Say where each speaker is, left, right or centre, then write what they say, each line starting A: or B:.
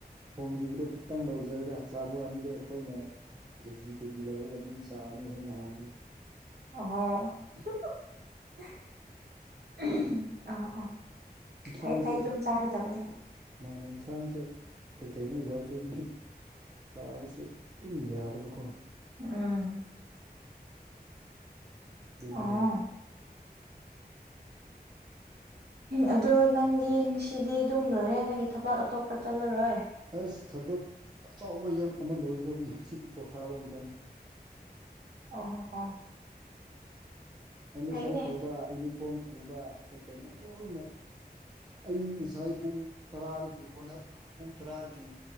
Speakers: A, on the right (about 25°); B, on the right (about 75°).
A: ꯊꯣꯡꯂꯤꯕꯗꯨꯣ ꯈꯤꯇꯪ ꯂꯧꯖꯔꯒ ꯆꯥꯕꯨ ꯋꯥꯅꯤꯗ ꯑꯩꯈꯣꯏꯅ ꯀꯦꯖꯤ ꯀꯦꯖꯤ ꯂꯧꯔꯒ ꯑꯗꯨꯝ ꯆꯥꯕꯅꯤ ꯍꯦ ꯅꯍꯥꯟꯗꯤ
B: <unintelligible> ꯑꯣ ꯑꯣ
A: ꯏꯟꯁꯥꯡꯁꯦ
B: ꯐꯩ ꯐꯩ ꯑꯗꯨꯝ ꯆꯥꯒꯗꯕꯅꯦ
A: ꯃꯥꯅꯦ ꯏꯟꯁꯥꯡꯁꯦ ꯀꯩ ꯀꯩꯅꯣ ꯌꯥꯎꯗ꯭ꯔꯗꯤ ꯆꯥꯕꯁꯦ ꯑꯗꯨꯝ ꯌꯥꯗꯕꯀꯣ
B: ꯎꯝ
A: ꯑꯗꯨꯒꯤꯅꯤꯗ
B: ꯑꯣ ꯑꯗꯣ ꯅꯪꯗꯤ ꯉꯁꯤꯗꯤ ꯑꯗꯨꯝ ꯂꯣꯏꯔꯦ ꯅꯪꯒꯤ ꯊꯕꯛ ꯑꯇꯣꯞꯄ ꯆꯠꯂꯔꯣꯏ
A: ꯑꯁ ꯊꯕꯛ ꯑꯆꯥꯎꯕ ꯌꯥꯝ ꯑꯃ ꯂꯣꯏꯈ꯭ꯔꯕꯅꯤ ꯍꯧꯖꯤꯛꯇꯤ ꯄꯣꯊꯥꯕ ꯃꯇꯝꯅꯤ
B: ꯑꯣ ꯑꯣ
A: ꯑꯦꯠꯃꯤꯁꯟ
B: ꯐꯩꯅꯦ
A: ꯇꯧꯕ ꯌꯨꯅꯤꯐꯣꯔꯝ ꯇꯨꯕ ꯀꯩꯀꯩꯅꯣ ꯂꯣꯏꯅ ꯑꯩꯌ ꯉꯁꯥꯏ ꯄꯨꯡ ꯇꯔꯥꯗꯒꯤ ꯍꯣꯠꯅ ꯄꯨꯡ ꯇꯔꯥꯗꯒꯤ